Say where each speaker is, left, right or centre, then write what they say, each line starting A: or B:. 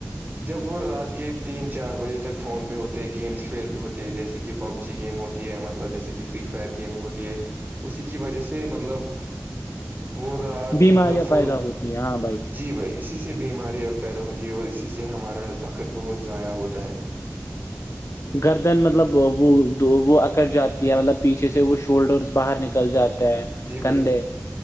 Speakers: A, on the right (about 35°); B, on the left (about 75°).
A: جب وہ رات کہ تین چار بجے تک فون پہ ہوتے گیمس کھیل ہوتے ہیں جیسے کہ پب جی گیم ہو ہے مطلب جیسے کہ فری فائر گیم ہوتی ہے اسی کی وجہ سے مطلب وہ رات
B: بیماریاں
A: مطلب فل
B: پیدا ہوتی ہیں ہاں
A: جی بھائی اسی سے بیماریاں پیدا ہوتی ہیں اور اسی سے ہمارا وقت بہت ضائع ہوتا ہے
B: گردن مطلب وہ وہ اکٹ جاتی ہے مطلب پیچھے سے وہ شولڈرس باہر نکل جاتے ہیں
A: جی بھائی
B: کندھے